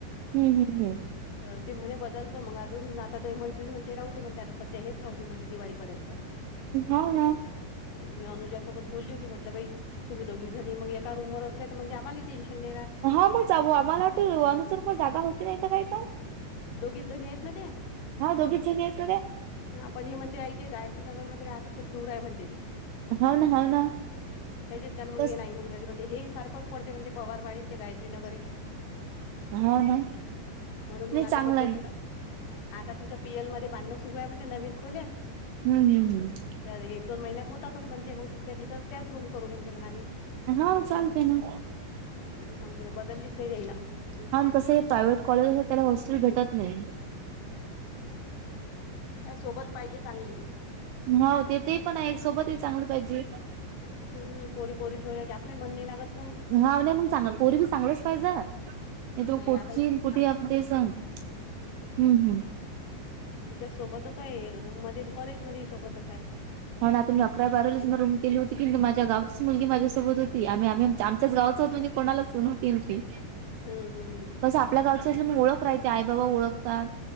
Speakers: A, on the right; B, on the left.
A: हम्म हम् हम्म.
B: तर ते म्हणे बदलतो मग अजून आता ते मैत्रीण म्हणते राहू दे, म्हणते आता सध्या हेच राहू दे म्हणते दिवाळीपर्यंत.
A: हाव ना.
B: नाहीत मी अनुजासोबत बोलली होती म्हटलं बाई तुम्ही दोघी जणी मग एका रूमवर असल्या तर म्हणजे आम्हाला ही टेन्शन नाही राह.
A: हा मग जाऊवा आम्हाला वाटते, अनुचर पण जागा होती नाहीत काही पण.
B: दोघीच जणी आहेत ना त्या
A: हा दोघीच जणी आहेत ना त्या.
B: हा पण ते हे म्हणते आई ते, गायत्री नगर मध्ये राहते खूप दूर आहे म्हणते ती.
A: हाव ना हाव ना
B: त्याच्यानं
A: तस
B: हे नाही म्हणून राहिली पण तेही सारखंच पडते म्हणते पवारवाडीन ते गायत्री नगरे.
A: हाव ना
B: म्हणून मंग
A: नाही
B: आता
A: चांगलं
B: सध्या
A: आहे
B: दिवस आता तिथं पी एल मध्ये बांधणं सुरु आहे, म्हणते‌ नवीन खोल्या.
A: <unintelligible>
B: त्या एक दोन महिन्यात होतातच म्हणते मंग तिच्या तिथंच त्याच रूम करू म्हणते मंग आम्ही.
A: हा, चालते ना.
B: मग बदललीच नाही देईना
A: पण तसं ही, प्रायवेट कॉलेजला त्याला हॉस्टेल भेटत नाही.
B: काय सोबत पाहिजे चांगली.
A: हाव ते तेही पण आहे सोबतही चांगलं पाहिजे.
B: हम्म पोरी पोरी ठेवल्या की आपल्याही मन नाही लागत ना म.
A: हाव नाही मंग चांगलं पोरी बी चांगलाच पाहिजे तो
B: नाही
A: कुठची
B: आता इतकं
A: कुठी
B: चांगलं
A: ते संग हम् हम्.
B: तिच्या सोबतच आहे, रूम मध्ये आणि कॉलेज मध्ये सोबतच आहे.
A: हो ना, आता मी अकरा बारावी मग रूम केली होती, कणी माझ्या गावची मुलगीच माझ्यासोबत होती. आम्ही आम्ही, च आमच्याच गावचं होत म्हणजे कोणाला चुन होतीन ती.
B: हम्म हम्म हम्.
A: कसं आपल्या गावचं असल्यामुळे, ओळख राहायचे आई बाबा ओळखतात.